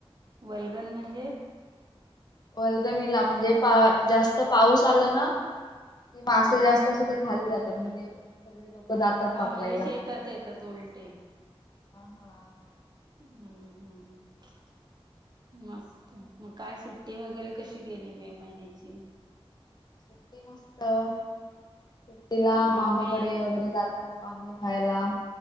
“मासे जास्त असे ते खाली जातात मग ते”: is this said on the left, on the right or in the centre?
Left